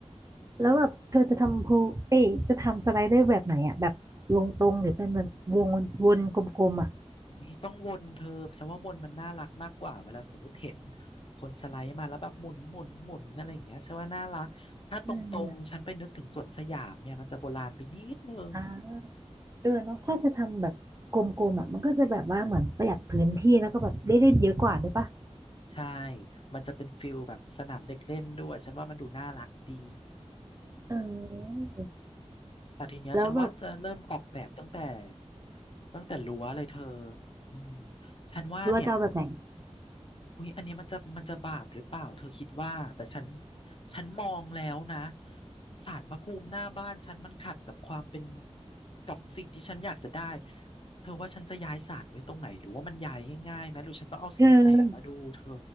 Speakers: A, on the right (about 30°); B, on the left (about 50°).
A: แล้วแบบเธอจะทำพูเอ้ยจะทำสไลเดอร์แบบไหนอ่ะแบบวงตรงหรือเป็นแบบวงวนกลมๆอ่ะ
B: อุ้ยต้องวนเธอฉันว่าวนมันน่ารักมากกว่าเวลาสมมติเห็นคนสไลด์มาแล้วแบบหมุนหมุนหมุนอะไรอย่างเงี้ยฉันว่าน่ารักถ้าตรงๆฉันไปนึกถึงสวนสยามเนี่ยมันจะโบราณไปนิดนึง
A: อืมอ่าเออเนาะถ้าจะทำแบบกลมๆอ่ะมันก็จะแบบว่าเหมือนประหยัดพื้นที่แล้วก็แบบได้เล่นเยอะกว่าด้วยปะ
B: ใช่มันจะเป็นฟิลแบบสนามเด็กเล่นด้วยฉันว่ามันดูน่ารักดี
A: เออ
B: แต่ทีเนี้ยฉันว่าจะเริ่มออกแบบตั้งแต่
A: แล้วแบบ
B: ตั้งแต่รั้วเลยเธออืมฉันว่าเนี่ย
A: รั้วจะเอาแบบไหน
B: อุ๊ยอันเนี้ยมันจะมันจะบาปหรือเปล่าเธอคิดว่าแต่ฉันฉันมองแล้วนะศาลพระภูมิหน้าบ้านฉันมันขัดกับความเป็นกับสิ่งที่ฉันอยากจะได้เธอว่าฉันจะย้ายศาลไว้ตรงไหนหรือว่ามันย้ายง่ายๆไหมหรือฉันต้องเอาสินแสมาดูเธอ
A: เธอ